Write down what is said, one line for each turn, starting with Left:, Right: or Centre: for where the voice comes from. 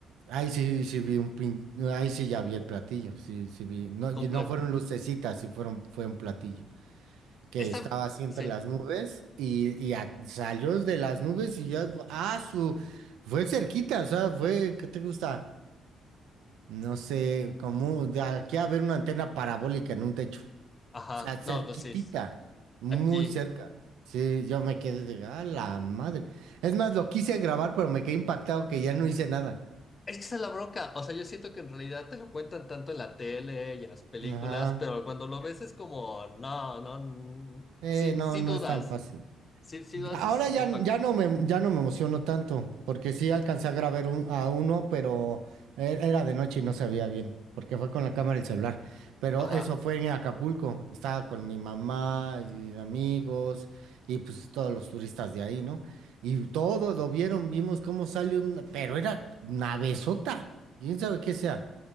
Right: ahí sí, sí vi un pin, ahí sí ya vi el platillo, sí, sí vi. No, y
Left: Completo.
Right: no fueron lucecitas, sí fueron, fue un platillo. que
Left: Esta,
Right: estaba así entre
Left: sí.
Right: las nubes y, y a- salió de las nubes y ya, fu- ah, su, fue cerquita, o sea, fue, ¿qué te gusta? No sé, como de aquí a ver una antena parabólica en un techo,
Left: Ajá.
Right: o sea, cerquitita,
Left: No, pues sí.
Right: muy
Left: Aquí.
Right: cerca. Sí, yo me quedé de, ah, la madre. Es más, lo quise grabar, pero me quedé impactado que ya no hice nada.
Left: Es que esa es la bronca. O sea, yo siento que en realidad te lo cuentan tanto en la tele y en las películas,
Right: Ajá.
Left: pero cuando lo ves es como, no, no, mm,
Right: Eh,
Left: sí,
Right: no,
Left: sí
Right: no
Left: dudas.
Right: es tan fácil.
Left: Sí, sí dudas
Right: Ahora
Left: y sí
Right: ya,
Left: te impacta.
Right: ya no me, ya no me emociono tanto, porque sí alcancé a grabar un- a uno, pero e- era de noche y no se veía bien, porque fue con la cámara y el celular. Pero
Left: Ajá,
Right: eso fue en Acapulco, estaba con mi mamá y amigos y pues todos los turistas de ahí, ¿no? Y todos lo vieron, vimos cómo salió una, pero era una besota, quién sabe qué sea.